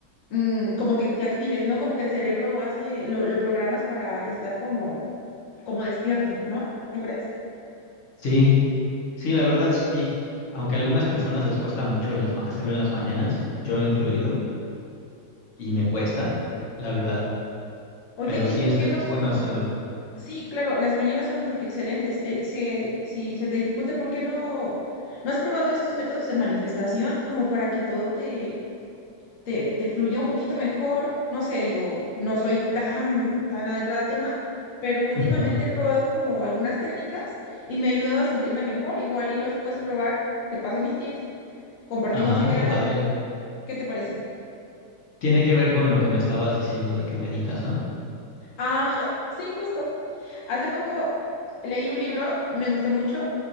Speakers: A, on the left (about 80°); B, on the left (about 50°).
A: mm, como que te actives, ¿no? Como que el cerebro hace, lo, lo programas para estar como, como despierto, ¿no? ¿No crees?
B: Sí, Sí, la verdad sí. Aunque a algunas personas les cuesta mucho en las, ma- hacerlo en las mañanas, yo incluido, y me cuesta, la verdad.
A: Oye,
B: Pero sí
A: ¿y por
B: es,
A: qué
B: es
A: no?
B: bueno hacerlo.
A: Sí, claro, las mañanas son excelentes. Eh, si, si se te dificulta, ¿por qué no? ¿No has probado estos métodos de manifestación como para que todo te te, te fluya un poquito mejor. No sé, digo, no soy tan, tan adentrada al tema, pero últimamente
B: Ujú.
A: he probado como algunas técnicas y me ha ayudado a sentirme mejor. Igual y los puedes probar. Te paso mis tips, compartimos
B: Ah,
A: ideas.
B: qué padre.
A: ¿Qué te parecen?
B: Tiene que ver con lo que me estabas diciendo de que meditas, ¿no?
A: Ajá, sí, justo. Hace poco leí un libro, me gustó mucho,